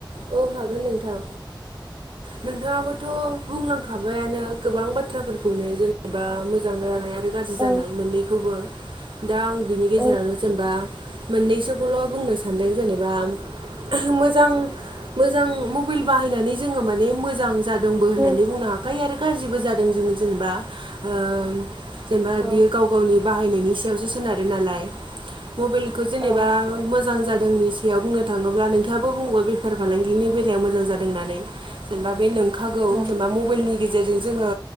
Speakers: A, on the right; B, on the right.
A: औ हागोन नोंथां नोंथाङाबोथ' बुंलांखाबायानो गोबां बाथ्राफोरखौनो जेनेबा मोजां जानाय आरो गाज्रि
B: औ
A: जानाय मोननैखौबो। दा आं बिनि गेजेरावनो
B: औ
A: जेनेबा मोननैसोखौल' बुंनो सानदों जेनेबा मोजां मोजां मबाइल बाहायनानै जोङो माने मोजां जादोंबो होननानै
B: औ
A: बुंनो हागोन। ओमफफ्राय आरो गाज्रिबो जादों जोङो जेनेबा ओ जेनेबा
B: औ
A: बियो गाव गावनि बाहायनायनि सायावसो सोनारो नालाय। मबाइलखौ जेनेबा
B: औ
A: मोजां जादोंनि सायाव बुंनो थाङोब्ला नोंथाङहाबो बुंबाय फार फालांगिनि बेलायाव मोजां जादों होननानै जेनेबा बे नंखागौ
B: औ
A: जेनेबा मबाइलनि गेजेरजों जोङो